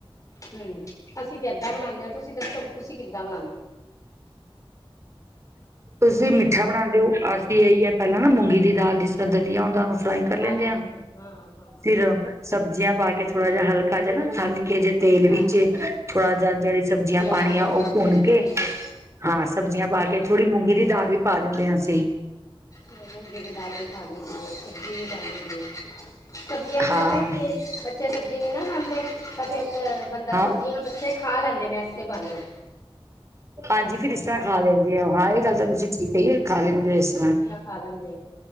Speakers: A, on the left; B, on the right.
A: ਹੂਂ ਅਸੀਂ ਤੇ ਏਦਾਂ ਬਣਾਣੇ ਆਂ ਤੁਸੀਂ ਦੱਸੋ ਕਿ ਤੁਸੀਂ ਕਿੱਦਾਂ ਬਣਾਣੇ
B: ਤੁਸੀਂ ਮਿੱਠਾ ਬਣਾਂਦੇ ਓ ਅਸੀਂ ਏਹੀ ਐ ਪੈਹਲਾਂ ਨਾ ਮੂੰਗੀ ਦੀ ਦਾਲ ਜਿਸ ਤਰ੍ਹਾਂ ਦਲਿਯਾ ਹੁਂਦੈ ਓਨੂੰ ਫਰਾਈ ਕਰ
A: ਹਾਂਜੀ
B: ਲੈਂਦੇ ਹਾਂ
A: ਹਾ-ਹਾਂ, ਹਾਂ-ਹਾਂ
B: ਫਿਰ ਸਬਜ਼ੀਆਂ ਪਾ ਕੇ ਥੋੜਾ ਜੇਹਾ ਹਲਕਾ ਜਯਾ ਨਾ ਤਲੱਕੇ ਜੇ ਤੇਲ ਵਿੱਚ
A: ਹਾਂਜੀ
B: ਥੋੜਾ ਜੇਆ ਜੇਹੜੀ ਸਬਜ਼ੀਆਂ ਪਾਣੀਆਂ
A: ਪਾ ਕੇ ਬਣਾ
B: ਓ
A: ਲਓ
B: ਭੁੰਨ ਕੇ
A: ਠੀਕ ਹੈ
B: ਹਾਂ ਸਬਜ਼ੀਆਂ ਪਾ ਕੇ ਥੋੜ੍ਹੀ ਮੂੰਗੀ ਦੀ ਦਾਲ ਵੀ ਪਾ ਦੇਂਦੇ ਆਂ ਅਸੀਂ।
A: ਮੈਂ ਮੁਂਗੀ ਦੀ ਦਾਲ ਵੀ ਖਾਦੀ ਸੀ ਸਬਜ਼ੀ <unintelligible> ਸਬਜ਼ੀਆਂ ਚ
B: ਹਾਂ
A: ਪਤਾ ਕੀ, ਬੱਚੇ ਸਬਜ਼ੀ ਨੀ ਨਾ ਖਾਂਦੇ, ਤਾਂ ਫੇਰ ਬੰਦਾ
B: ਹਾਂ
A: ਸਬਜ਼ੀਆਂ ਬੱਚੇ ਖਾ ਲੈਂਦੇ ਨੇ ਐਸੇ ਬ੍ਹਾਨੇ
B: ਹਾਂਜੀ ਫਿਰ ਇਸ ਤਰ੍ਹਾਂ ਖਾ ਲੈਂਦੇ
A: ਹਾਂਜੀ
B: ਓ ਹਾਂ ਇਹ ਗੱਲ ਤਾਂ ਤੁਸੀਂ ਠੀਕ ਕਹੀ ਏ। ਖਾ ਲੇਂਦੇ
A: ਹੂੰ
B: ਇਸ ਤਰ੍ਹਾਂ,
A: ਸਬਜ਼ੀਆਂ ਖਾ ਲੈਂਦੇ ਆ